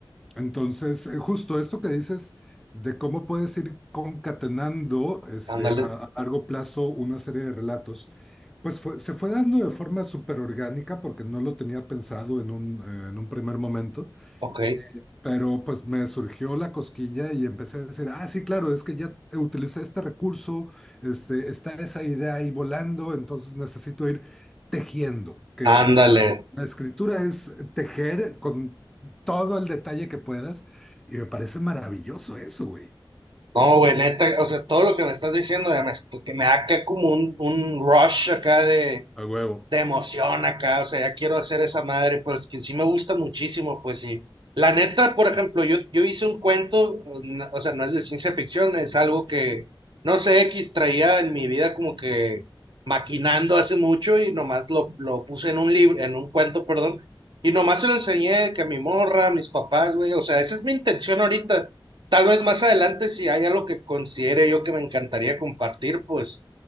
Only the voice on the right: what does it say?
Ándale,
ok.
Ándale.
No, güey, neta, o sea, todo lo que me estás diciendo ya me, est- que me da acá como un, un rush acá de
de emoción acá, o sea, ya quiero hacer esa madre, pues que sí me gusta muchísimo, pues sí. La neta, por ejemplo, yo, yo hice un cuento, n- o sea, no es de ciencia ficción, es algo que, no sé, X traía en mi vida como que maquinando hace mucho y nomás lo, lo puse en un libro, en un cuento, perdón, y nomás se lo enseñé que a mi morra, a mis papás, güey, o sea, esa es mi intención ahorita. Tal vez más adelante, si hay algo que considere yo que me encantaría compartir, pues